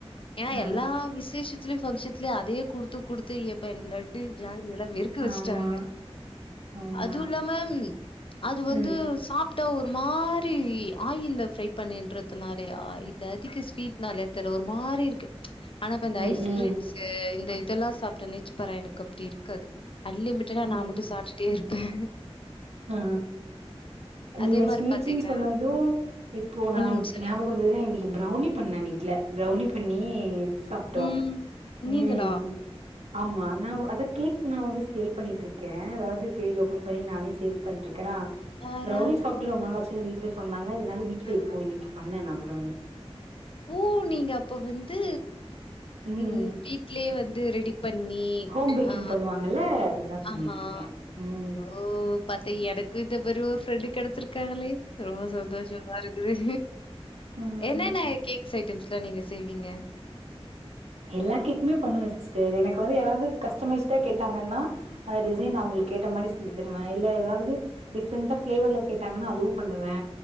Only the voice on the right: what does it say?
ஆ
ஆமா ஆமா
ம்
ம்
ம்
ம்
ஆ நீங்க
ஸ்வீட்ஸ்ன்னு
சொன்னது இப்போ நான்
ஞாபகம் வருதுனா எங்ள் பிரௌனி பண்ண வீட்ல பிரௌனி பண்ணி சாப்ட்டோ
உம்
ஆமா நான் அத கேக் நான் வந்து சேல் பண்ணிட்டு இருக்கே க்கே அதாவது பேஜ் ஓபன் பண்ணி நானே <unintelligible> சேல் பன்றுக் கேனா
ப்ரௌனி சாப்ட்டு ரொம்ப நாளாச்சி ன்னு வீட்ல சொன்னா <inaudible> வீட்டுல
இப்போ இன்னைக்கு பண்ணே <inaudible> பிரவுனி
ம்
ஹோம் பேக்கிங்
பண்ணுவாங்கல்ல அதுதா பண்ணிட்ருக்கே
ம்
ம்
எல்லா கேக்குமே பண்ணுவேன் சிஸ்டர் எனக்கு வந்து ஏதாவது கஸ்டமைஸ்டா கேட்டாங்கன்னா அந்த டிசைன் அவங்களுக்கு கேட்ட மாரி செஞ்சு தருவேன் இல்ல ஏதாவது டிஃப்ரெண்டா பிளேவர்ல கேட் ட்டாங்கன்னா அதுவு பண்ணுவே